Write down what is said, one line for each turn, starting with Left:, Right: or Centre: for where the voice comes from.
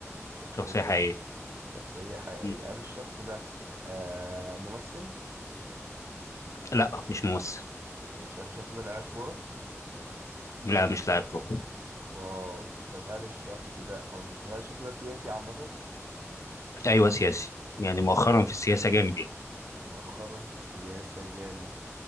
Right: شخصية
Left: شخصيه
Right: دي
Left: حقيقيه
Right: شخصية حقيقية
Left: م.
Right: هل الشخص ده آه ممثل؟
Left: لا مش ممثل
Right: ماشي هل الشخص ده لاعب كورة؟
Left: لا مش لاعب كورة
Right: واو طب هل الشخص ده أو مش طب هل الشخص ده سياسي عامة؟
Left: أيوه سياسي يعني مؤخرا في السياسة جامد يعني
Right: مؤخرا في السياسة جامد